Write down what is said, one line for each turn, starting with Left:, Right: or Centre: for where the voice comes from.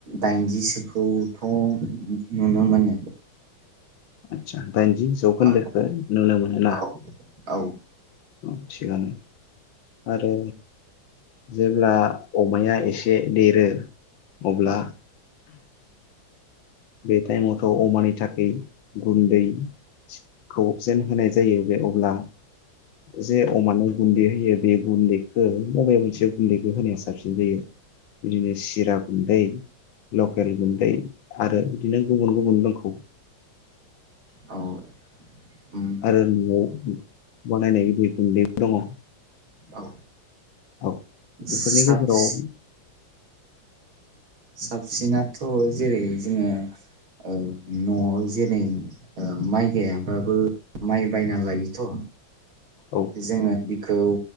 Right: दाइनजिसोखौथ नुनो मोनो।
Left: आदसा दाइनजि जौखोन्दोखो
Right: औ
Left: नुनो मोनो ना
Right: औ औ
Left: औ थिगानो। आरो जेब्ला अमाया एसे देरो अब्ला
Right: औ
Left: बे टाइमावथ अमानि थाखै गुन्दैखौ जेन होनाय जायो बे अब्ला जे अमानो गुन्दै होयो बे गुन्दैखौ बबे मोनसे गुन्दैखौ होनाया साबसिन जायो? बिदिनो सिरा गुन्दै लकेल गुन्दै आरो बिदिनो गुबुन गुबुन दं <unintelligible>
Right: औ उम
Left: आरो न' बानायनाय गुन्दैबो दङ'
Right: औ
Left: औ बेफोरनि
Right: साबस
Left: गेजेराव
Right: साबसिनाथ' जेरै जोङो ओ न'आव जेरै माइ गायाबाबो माइ बायना लायोथ'
Left: औ
Right: जोङो बे खौ